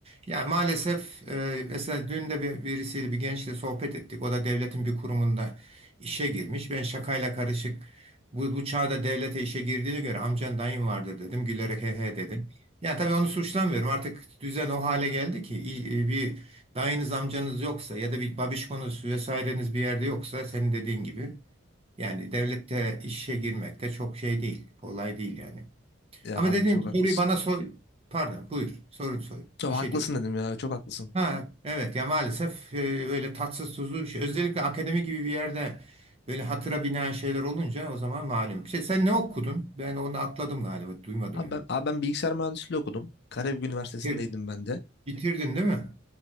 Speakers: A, on the right; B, on the left.
A: Yani maalesef e, mesela dün de bir, birisiyle bir gençle sohbet ettik. O da devletin bir kurumunda işe girmiş. Ben şakayla karışık bu, bu çağda devlete işe girdiğine göre amcan dayın vardır dedim. Gülerek he he dedim. Ya tabii onu suçlamıyorum. Artık düzen o hale geldi ki i- e, bir dayınız amcanız yoksa ya da bir babişkonuz vesaireniz bir yerde yoksa senin dediğin gibi. Yani devlette işe girmekte çok şey değil. Kolay değil yani.
B: Ya
A: Ama
B: abi
A: dediğim
B: çok
A: soruyu
B: haklısın.
A: bana sor. Pardon, buyur. Sorun sorun.
B: Çok
A: Bir
B: haklısın
A: şey diyorum.
B: dedim ya. Çok haklısın.
A: Ha, evet ya maalesef e, öyle tatsız tuzlu şey. Özellikle akademi gibi bir yerde böyle hatıra binen şeyler olunca o zaman malum. Şey, sen ne okudun? Ben onu atladım galiba. Duymadım
B: Abi
A: yani.
B: ben, abi ben bilgisayar mühendisliği okudum. Karabük Üniversitesi'ndeydim
A: Bitir-
B: ben de.
A: bitirdin değil mi?